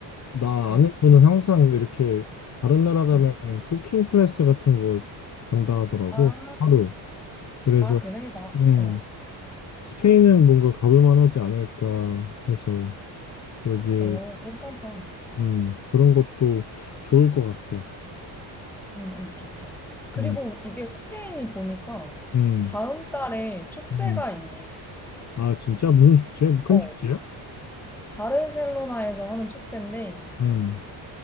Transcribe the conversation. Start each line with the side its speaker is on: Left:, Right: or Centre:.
Left: 나
Centre: 응,
Left: 아는 분은 항상 이렇게 다른 나라 가면
Centre: 응.
Left: 쿠킹 클래스 같은 거 간다 하더라고.
Centre: 아,
Left: 하루. 그래서
Centre: 아, 그래? 나,
Left: 음,
Centre: 어,
Left: 스페인은 뭔가 가볼 만하지 않을까 해서 여기
Centre: 어, 괜찮다.
Left: 음, 그런 것도 좋을 것 같아.
Centre: 응, 응, 좋다. 그리고
Left: 음,
Centre: 이게 스페인이 보니까
Left: 음,
Centre: 다음 달에 축제가
Left: 음.
Centre: 있네.
Left: 아, 진짜 무슨 축제? 뭐 큰
Centre: 어,
Left: 축제야?
Centre: 바르셀로나에서 하는 축제인데
Left: 음,